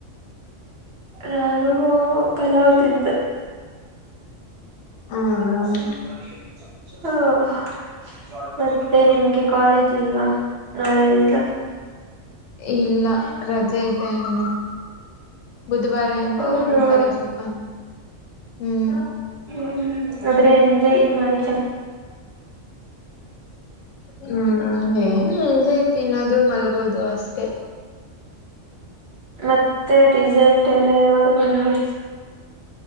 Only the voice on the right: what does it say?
ನಾನುಮ ಕಲಾವತಿಿಂದ
ಹ ಮತ್ತೆ ನಿಮ್ಗೆ ಕಾಲೇಜ್ ಇಲ್ವಾ ನಾಳೆೆಯಲ್ದ
ಹೌದಾ
ಹ್ಮ್ ಆದ್ರೆ ಎಂಜಾಯ್ ಮಾಡಿ ಚೆನ್ನ
ಮತ್ತೆ ರಿಸಲ್ಟ್ ಎಲ್ಲ ಯಾವಾಗ ನಿಮ್ಗೆ